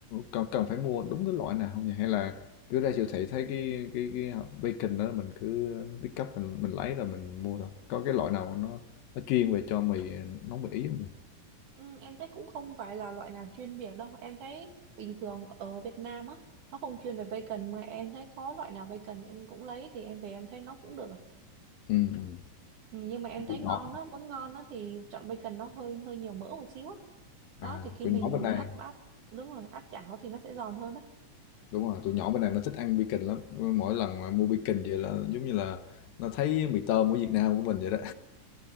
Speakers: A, on the left; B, on the right.
A: cần, cần phải mua đúng cái loại nào không nhỉ? Hay là cứ ra siêu thị thấy cái cái cái bacon đó mình cứ pick up mình mình lấy rồi mình mua thôi. Có cái loại nào nó nó chuyên về cho mì nấu mì ý không nhỉ?
B: ừ, em thấy cũng không phải là loại nào chuyên biệt đâu em thấy bình thường ở Việt Nam á nó không chuyên về bacon mà em thấy có loại nào bacon em cũng lấy thì em về em thấy nó cũng được
A: Ừ, ừ.
B: Ừ, nhưng mà em thấy
A: Tụi
B: ngon
A: nhỏ
B: á muốn ngon á thì chọn bacon nó hơi hơi nhiều mỡ một xíu á đó
A: à
B: thì khi
A: tụi
B: mình
A: nhỏ bên này
B: mình áp áp đúng rồi áp chảo thì nó sẽ giòn hơn á
A: đúng rồi tụi nhỏ bên này nó thích ăn bacon lắm mỗi lần mà mua bacon về là giống như là nó thấy mì tôm của Việt Nam của mình vậy đó